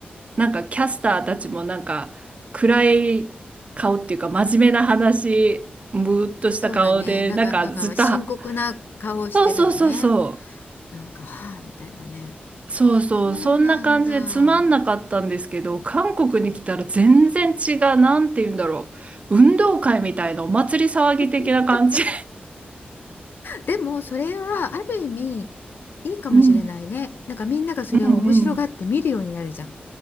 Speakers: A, on the right; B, on the left.
A: なんかキャスターたちもなんか暗い顔っていうか真面目な話、ムーっとした顔で、
B: そうだね。なんか、
A: なんかずっとは、
B: なんか深刻な顔をしてるよね。
A: そうそうそうそう。
B: なんか、はあ、みたいなね。
A: そうそう、
B: そうなんだ。
A: そんな感じでつまんなかったんですけど、韓国に来たら全然違う、なんて言うんだろう。運動会みたいなお祭り騒ぎ的な感じ。
B: <laughs> でも、それはある意味いいかもしれないね。
A: うん、
B: なんかみんながそれを面白がって見るようになるじゃん。
A: うん、うん。